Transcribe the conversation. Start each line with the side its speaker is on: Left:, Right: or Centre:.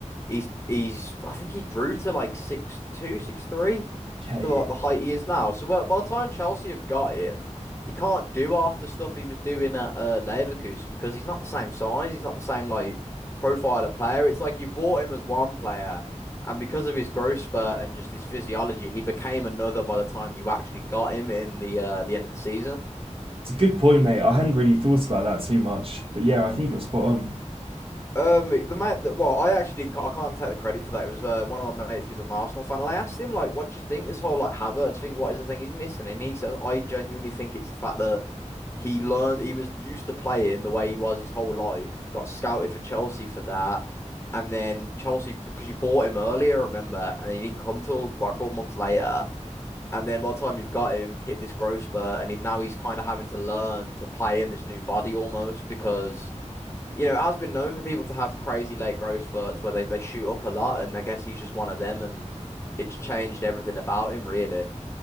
Left: he's he's I think he grew to like six two, six three
Right: Yeah, yeah.
Left: to like the height he is now. So well by the time Chelsea have got him, he can't do half the stuff he was doing at uh, Leverkusen because he's not the same size. He's not the same like profile of player. It's like you bought him as one player, and because of his growth spurt and just his physiology, he became another by the time you actually got him in the uh, the end of the season.
Right: It's a good point, mate. I hadn't really thought about that too much, but yeah, I think you're spot on.
Left: Um, the man, that- well, I actually didn't. I can't take the credit for that. It was uh, one of my mates who's an Arsenal fan, and I asked him like, "What do you think this whole like Havertz thing? What is the thing he's missing?" And he says, "I genuinely think it's the fact that." He learned he was used to playing the way he was his whole life, got scouted for Chelsea for that. And then Chelsea, because you bought him earlier, remember, and he didn't come till like all months later. And then by the time you've got him, hit this growth spurt, and he, now he's kind of having to learn to play in this new body almost because, you know, it has been known for people to have crazy late growth spurts where they, they shoot up a lot. And I guess he's just one of them, and it's changed everything about him, really.